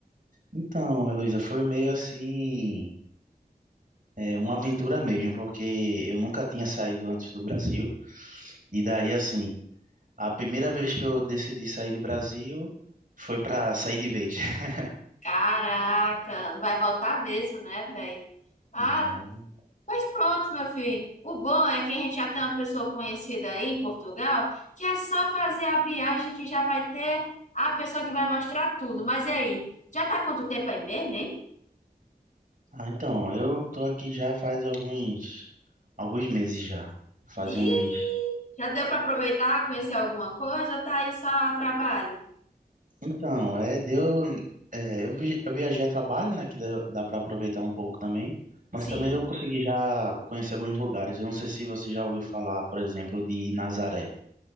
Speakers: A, on the right; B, on the left.
A: Então, Heloísa, foi meio assim, é, uma aventura mesmo, porque eu nunca tinha saído antes do Brasil. E daí, assim, a primeira vez que eu decidi sair do Brasil foi para sair de vez. <laughs>
B: Caraca, não vai voltar mesmo, né, velho? Ah,
A: Nada.
B: pois pronto, meu filho. O bom é que a gente já tem uma pessoa conhecida aí em Portugal, que é só fazer a viagem que já vai ter a pessoa que vai mostrar tudo. Mas e aí? Já tá há quanto tempo aí mesmo, hein?
A: Ah, então, eu tô aqui já faz alguns, alguns meses já. Faz
B: Ih,
A: uns
B: já deu pra aproveitar, conhecer alguma coisa ou tá aí só a trabalho?
A: Então, é, deu, é, eu, vi- eu viajei a trabalho, né, que dá, dá para aproveitar um pouco também,
B: Sim.
A: mas também eu consegui já conhecer alguns lugares. Eu não sei se você já ouviu falar, por exemplo, de Nazaré.